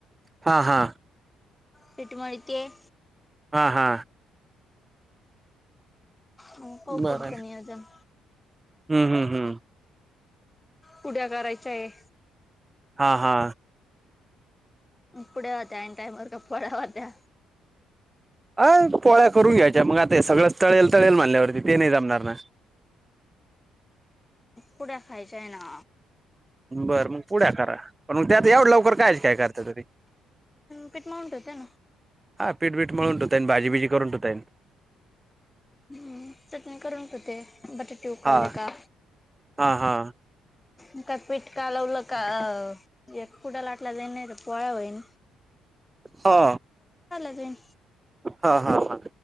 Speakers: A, on the right (about 20°); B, on the left (about 20°).
A: हा हा
B: पीठ मळीती आहे.
A: हा हा
B: मंग पाहू
A: बरं
B: पूडचं नियोजन
A: हम्म हम्म हम्म
B: पुढ्या करायच्या आहे
A: हा हा
B: इपडया होत्या आईनं टाईम वर पंड्या होत्या
A: अ पोळ्या करून घ्यायच्या मग आता सगळं तळेल तळेल म्हण्याल्यावरती ते नाही जमणार ना.
B: पुऱ्या खायच्या ना.
A: बरं मग पुऱ्या खरा पण मग त्यात एवढं लवकर कायच काय करत तरी.
B: पीठ मळून ठेवते ना.
A: हा पीठ बीठ मळून ठवतय भाजीबीजी करून ठेवताय.
B: हम्म चटणी करून ठव ते बटाटे उकळले
A: हा
B: का
A: हा हा
B: इकदा पिट कालवल का अ... एक पुऱ्या लाटल्या जायल नाही तर पोळ्या होईल.
A: हा
B: जाईन.
A: हा हा हा